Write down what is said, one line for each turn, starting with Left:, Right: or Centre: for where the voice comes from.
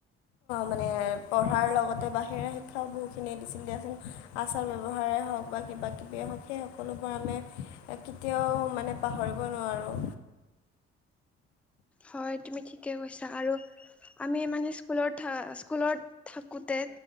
Left: মানে পঢ়াৰ লগতে বাহিৰে শিক্ষাও বহুতখিনি দিছিল দিয়াচোন আচাৰ ব্যৱহাৰ হওক বা কিবাকিবিয়ে হওক সেই সকলোবোৰ আমি কেতিয়াও মানে পাহৰিব নোৱাৰোঁ।
Centre: হয় তুমি ঠিকে কৈছা আৰু আমি মানে স্কুলত স্কুলত থাকোতে